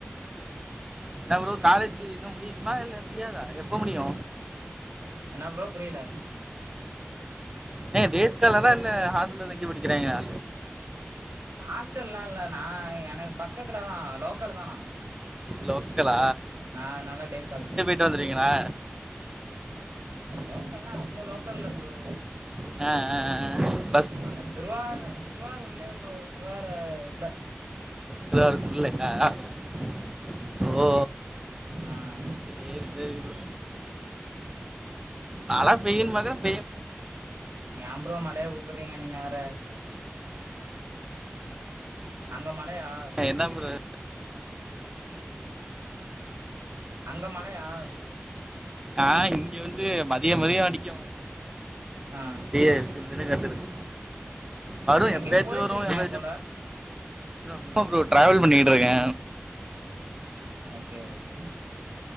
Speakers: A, on the right; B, on the right.
A: என்ன ப்ரோ காலேஜ் இன்னொ முடியுதுமா இல்ல முடியாதா எப்ப முடியு
B: என்னா ப்ரோ புரியல
A: அண்ணே டேஸ் கலரா இல்ல ஹாஸ்டல்ல தங்கி படிக்கிறேங்கெளா
B: ஹாஸ்டல்லா இல்ல நா எனக்கு பக்கத்துல தா லோக்கல் தானா
A: லோக்கலா
B: நா அதுனால டேஸ் காலேஜு தா
A: <unintelligible> வந்ருவீங்களா
B: லோக்கல்னா அவ்ளோ லோக்கல் இல்ல ப்ரோ
A: அ அ அ
B: அங்க திருவாரூர் திருவாரூர்ல ப்ரோ திருவாரூர் இல்ல
A: திருவாரூர் குள்ள <unintelligible> ஓ
B: ஆ
A: சேரி சேரி ப்ரோ மழை பெய்யும் பாக்குறேபெய்
B: ஏ ப்ரோ மழைய கூப்ட்றிங்க நீங்க வேற அங்க மழயா
A: என்ன ப்ரோ
B: அங்க மழயா
A: அ இங்க வந்து மதிய மதிய அடிக்கு
B: ஆ
A: <unintelligible> காத்துருக்கு வரு
B: எங்கயோ
A: எப்பயாச்சு
B: போயிட்டு
A: வரும்
B: இருக்கீங்க
A: எப்பயாச்சு
B: போல
A: போவு இப்ப ப்ரோ டிராவல் பண்ணிட்டு இருக்கே
B: ஓகே ஓகே